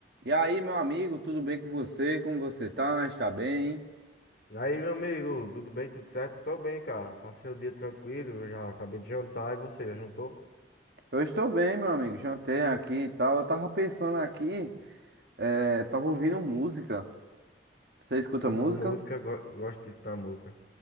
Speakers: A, on the right (about 60°); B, on the left (about 55°).
A: E aí, meu amigo, tudo bem com você? Como você tá? Está bem?
B: Aí, meu amigo, tudo bem, tudo certo? Tô bem, cara. Passei o dia tranquilo, já acabei de jantar e você, já jantou?
A: Eu estou bem, meu amigo. Jantei aqui e tal. Eu tava pensando aqui, eh, tava ouvindo música. Você escuta
B: Hum,
A: música?
B: música, go- gosto disso da música.